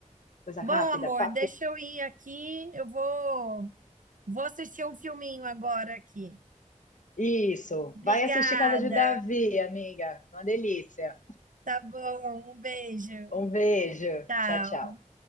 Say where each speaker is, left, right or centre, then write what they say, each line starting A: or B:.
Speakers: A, on the left; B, on the right.
A: Coisa
B: Bom,
A: rápida,
B: amor,
A: papo.
B: deixa eu ir aqui. Eu vou, vou assistir um filminho agora aqui.
A: Isso.
B: Obrigada.
A: Vai assistir Casa de Davi, amiga. Uma delícia.
B: Tá bom, um beijo.
A: Um beijo.
B: Tchau.
A: Tchau, tchau.